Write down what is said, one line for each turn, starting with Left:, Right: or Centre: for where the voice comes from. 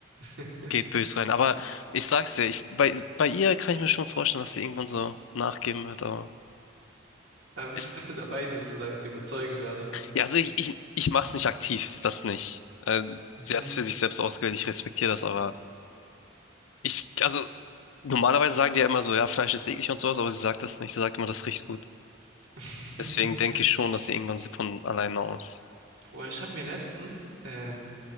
Right: <laughs>
Left: geht bös rein. Aber ich sag's dir, ich, bei, bei ihr kann ich mir schon vorstellen, dass sie irgendwann so nachgeben wird, aber
Right: Aber
Left: ist,
Right: bist, bist du dabei, sie sozusagen zu überzeugen gerade?
Left: ja, also ich, ich, ich mach's nicht aktiv, das nicht. Also,
Right: Mhm.
Left: sie hat's für sich selbst ausgewählt, ich respektiere das, aber ich, also normalerweise sagen die ja immer so, ja, Fleisch ist eklig und sowas, aber sie sagt das nicht, sie sagt immer, das riecht gut.
Right: <laughs>
Left: Deswegen denke ich schon, dass sie irgendwann von alleine aus.
Right: Boah, ich habe mir letztens ähm,